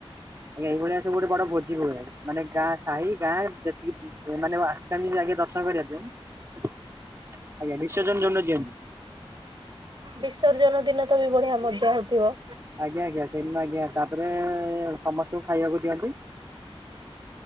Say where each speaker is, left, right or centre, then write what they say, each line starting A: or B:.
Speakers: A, on the right; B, on the right.
A: ଆଜ୍ଞା, ଏଇଭଳିଆ ସବୁ ଗୋଟେ ବଡ ଭୋଜି ହୁଏ। ମାନେ ଗାଁ, ସାହି ଗାଁ, ଯେତିକି ମାନେ ଆଜ୍ଞା। ଦର୍ଶନ କରିବା ପାଇଁ ଆଜ୍ଞା ବିସର୍ଜନ ଯୋଉ ଦିନ ଦିଅନ୍ତି।
B: ବିସର୍ଜନ ଦିନ ତ ବି ବଢିଆ ମଜା ହଉଥିବ।
A: ଆଜ୍ଞା ଆଜ୍ଞା ସେଇଦିନ ଆଜ୍ଞା ତାପରେ ସମସ୍ତଙ୍କୁ ଖାଇବାକୁ ଦିଅନ୍ତି।